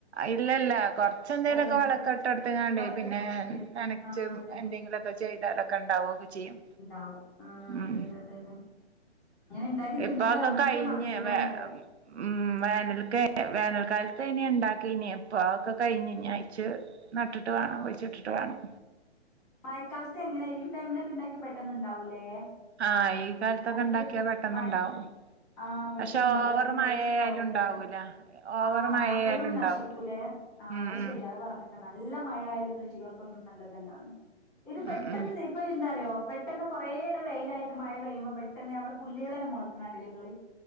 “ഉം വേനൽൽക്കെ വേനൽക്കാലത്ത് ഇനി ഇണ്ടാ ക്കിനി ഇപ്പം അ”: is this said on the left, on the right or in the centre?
Right